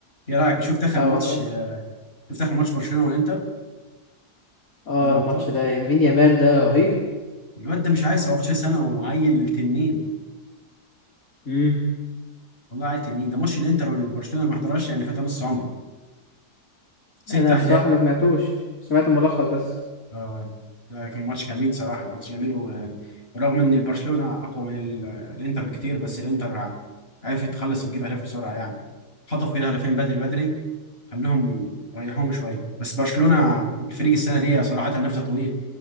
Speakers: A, on the left; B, on the left.
A: ايه رايك شفت اخر
B: اه
A: ماتش
B: والله
A: شفت اخر ماتش برشلونه والانتر
B: اه
A: دوري
B: الماتش
A: ابطال
B: ده يمين يامال ده رهيب
A: الواد ده مش عارف 17 سنه وعيل تنين
B: مم.
A: والله عيل تنين ده ماتش الانتر والبرشلونه اللي ما حضرهاش يعني فات نص عمره ست
B: انا
A: اهداف
B: الصراحه ما سمعتوش سمعت الملخص بس
A: اه ده كان ماتش جميل صراحة ماتش جميل و- ورغم ان البرشلونة اقوى من ال- الانتر بكتير بس الانتر ع- عرفت تخلص وتجيب اهداف بسرعة يعني خطفوا كده هدفين بدري بدري خلوهم ريحوهم شوية بس برشلونة الفريق السنة دي صراحة نفسه طويل